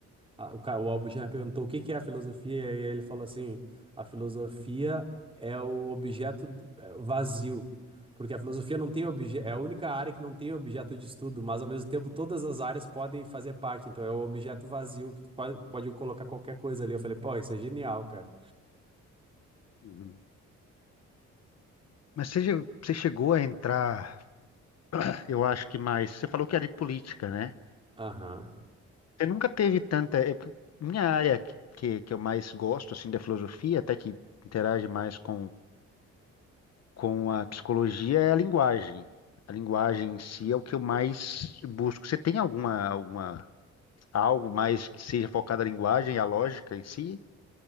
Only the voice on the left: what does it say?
uhum. Mas você, já- você chegou a entrar, eu acho que mais. Você falou que era de política, né?
Você nunca teve tanta. é porque minha área que, que eu mais gosto, assim, da filosofia, até que interage mais com, com a psicologia, é a linguagem. A linguagem em si é o que eu mais busco. Você tem alguma, alguma, algo mais que seja focado na linguagem e a lógica em si?